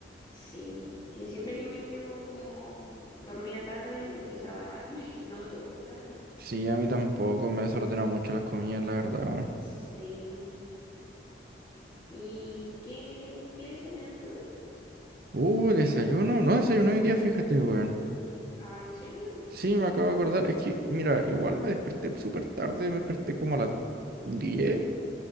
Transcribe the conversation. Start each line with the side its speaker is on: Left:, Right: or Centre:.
Left: Sí, que siempre que me quedo como dormida tarde y me empieza a dar hambre, <laughs> no me gusta.
Right: Sí, a mí tampoco me desordena mucho las comidas, la verdad, weón.
Left: Sí. ¿Y qué, qué desayunaste hoy?
Right: Uh, desayuno. No desayuno hoy día, fíjate, weón.
Left: Ah, ¿en serio?
Right: Sí, me acabo de acordar. Es que, mira, igual me desperté súper tarde, me desperté como a las 10,